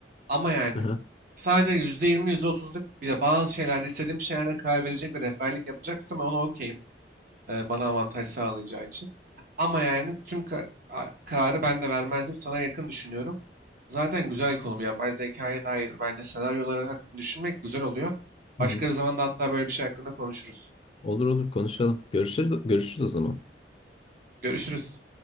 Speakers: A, on the right; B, on the left.
A: Ama yani
B: Aha.
A: sadece yüzde yirmi yüzde %30'luk bir de bazı şeylerde istediğim şeylerde karar verecek ve rehberlik yapacaksam ona okeyim. Eee, bana avantaj sağlayacağı için. Ama yani tüm ka- a- kararı ben de vermezdim. Sana yakın düşünüyorum. Zaten güzel bir konu bu yapay zekaya dair. Bence senaryoları hakkında düşünmek güzel oluyor.
B: Hı
A: Başka
B: hı.
A: bir zamanda hatta böyle bir şey hakkında konuşuruz.
B: Olur olur konuşalım. Görüşürüz, görüşürüz o zaman.
A: Görüşürüz.